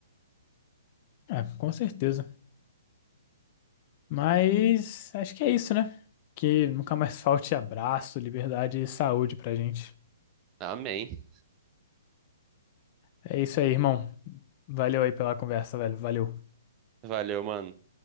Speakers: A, on the left; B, on the right.
A: É, com certeza. Mas acho que é isso, né? Que nunca mais <laughs> falte abraço, liberdade e saúde pra gente.
B: Amém.
A: É isso aí, irmão. Valeu aí pela conversa, velho. Valeu.
B: Valeu, mano.